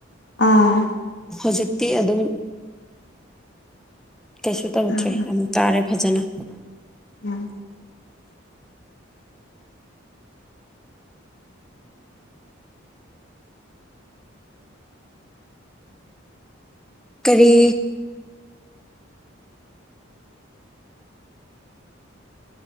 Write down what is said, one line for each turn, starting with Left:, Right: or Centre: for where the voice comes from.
Left: ꯑꯥ
Centre: ꯍꯧꯖꯤꯛꯇꯤ ꯑꯗꯨꯝ ꯀꯩꯁꯨ ꯇꯧꯗ꯭ꯔꯦ
Left: ꯎꯝ ꯎꯝ
Centre: ꯑꯃꯨꯛ ꯇꯥꯔꯦ ꯐꯖꯅ
Left: ꯎꯝ
Centre: ꯀꯔꯤ